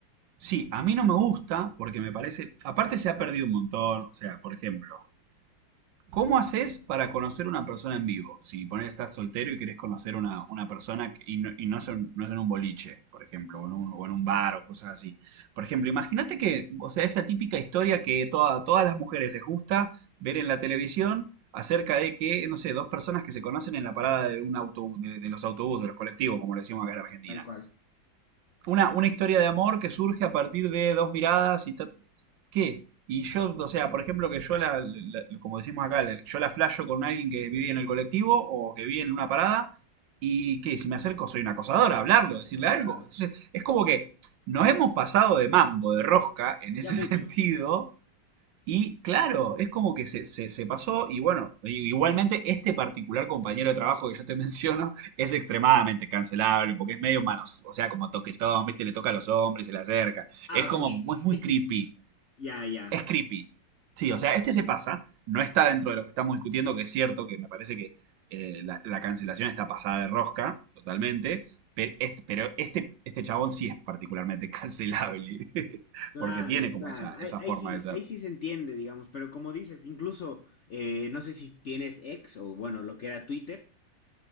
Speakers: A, on the right; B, on the left.
A: Sí, a mí no me gusta porque me parece, aparte se ha perdido un montón, o sea, por ejemplo, ¿Cómo haces para conocer una persona en vivo? Si poner estás soltero y querés conocer una, una persona que- y, no, y no es en, no es en un boliche, por ejemplo, o en un, o en un bar o cosas así. Por ejemplo, imagínate que, o sea, esa típica historia que toda- todas las mujeres les gusta ver en la televisión acerca de que, no sé, dos personas que se conocen en la parada de un autobús, de, de los autobuses, de los colectivos, como le decimos acá en Argentina.
B: Tal cual.
A: Una, una historia de amor que surge a partir de dos miradas y ta- ta- ta- ¿Qué? Y yo, o sea, por ejemplo, que yo la, la- como decimos acá, la- yo la flasho con alguien que vive en el colectivo o que vive en una parada, y que si me acerco soy una acosadora, hablarlo, decirle
B: Total.
A: algo. Entonces, es como que nos hemos pasado de mambo, de rosca, en
B: Ya
A: ese
B: mucho.
A: <laughs> sentido, y claro, es como que se, se- se pasó y bueno, i- igualmente este particular compañero de trabajo que yo te <laughs> menciono es extremadamente cancelable porque es medio manos, o sea, como toquetón, viste, le toca a los hombres, se le acerca.
B: Ah,
A: Es
B: ok.
A: como, mu- es muy
B: <laughs>
A: creepy,
B: Ya, ya.
A: es creepy. Sí, o sea, este se pasa, no está dentro de lo que estamos discutiendo, que es cierto, que me parece que eh, la, la cancelación está pasada de rosca, totalmente, pe- este- pero este, este chabón sí es particularmente cancelable, <laughs>
B: Claro,
A: porque tiene como
B: claro.
A: esa,
B: Ahí,
A: esa
B: ahí
A: forma
B: sí,
A: de ser.
B: ahí sí se entiende, digamos. Pero como dices, incluso, eh, no sé si tienes ex o bueno, lo que era Twitter.